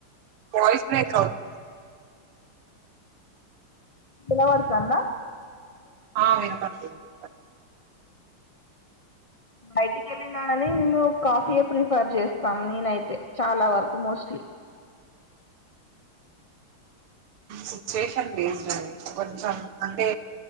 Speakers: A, on the right; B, on the left.
A: వాయిస్ బ్రేక్ అవుతుంది.
B: ఇనవడతాందా?
A: ఆ వినపడుతుంది.
B: బయటకెళ్ళి కానీ నిను కాఫీయే ప్రిఫర్ చేస్తాం నేనైతే చాలా వరకు మోస్ట్లీ
A: సిచువేషన్ బేస్దండి కొంచెం అంటే